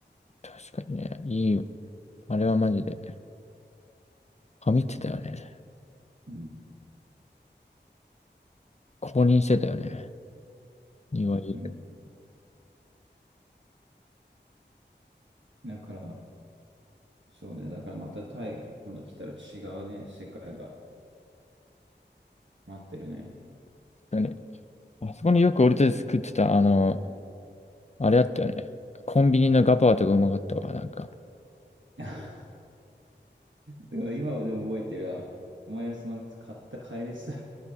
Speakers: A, on the left; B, on the right.
A: 確かにね、いい、あれはマジで、ハミってたよね。
B: うん。
A: 公認してたよね。庭いいで
B: 本当に。だから、そうね、だからまたタイ、今度来たら違うね、世界が待ってるね。
A: すよね。あそこによく俺たち食ってた、あの、あれあったよね。コンビニのガパオとかうまかったわ、なんか。
B: <laughs> だから今はでも覚えてるわ。お前がその買った帰りさ、